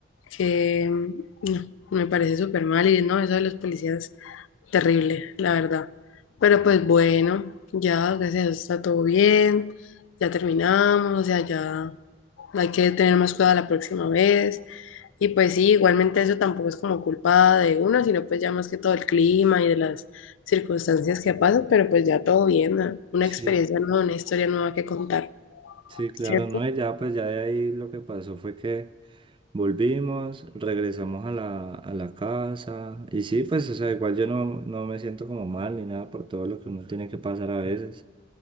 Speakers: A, on the left; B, on the right.
A: que mm, no, me parece súper mal y no, eso de los policías, terrible, la verdad. Pero pues bueno, ya, gracias a Dios está todo bien, ya terminamos, o sea, ya, hay que tener más cuidado la próxima vez. Y pues sí, igualmente eso tampoco es como culpa de uno, sino pues ya más que todo el clima y de las circunstancias que pasan, pero pues ya todo bien, ¿no? Una
B: Sí,
A: experiencia nueva, una historia nueva que contar,
B: sí, claro,
A: ¿cierto?
B: no, y ya pues ya de ahí lo que pasó fue que volvimos, regresamos a la, a la casa y sí, pues o sea, igual yo no, no me siento como mal ni nada por todo lo que uno tiene que pasar a veces.